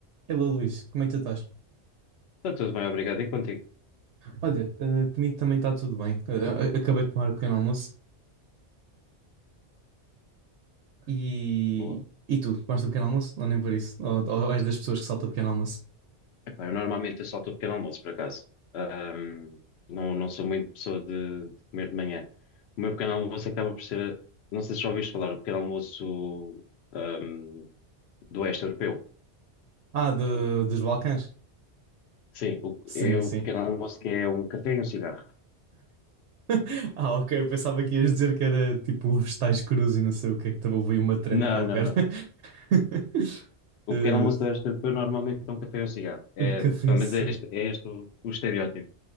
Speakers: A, on the right; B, on the left.
A: Hello Luís, como é que tu estás?
B: Está tudo bem, obrigado. E contigo?
A: Olha, eh, comigo também está tudo bem. Eh, a- acabei de tomar o pequeno almoço e.
B: Boa.
A: E tu, tomaste o pequeno almoço? Ou nem por isso? Ou, ou és das pessoas que saltam o pequeno almoço?
B: Epá, eu normalmente eu salto o pequeno almoço, por acaso. Ahm, não, não sou muito pessoa de, de comer de manhã. O meu pequeno almoço acaba por ser, não sei se já ouviste falar, o pequeno almoço, ahm, do Oeste Europeu.
A: Ah, de, dos Balcãs?
B: Sim, o,
A: Sim,
B: é o
A: sim.
B: pequeno almoço que é um café e um cigarro.
A: <laughs> Ah, ok, eu pensava que ias dizer que era tipo vegetais crus e não sei o que, que também veio uma trend
B: Não,
A: qualquer.
B: não, não.
A: <laughs>
B: não.
A: Eh,
B: O pequeno almoço do Oeste Europeu normalmente é um café e um cigarro. É,
A: um café
B: pelo
A: em si.
B: menos é este, é este o, o estereótipo.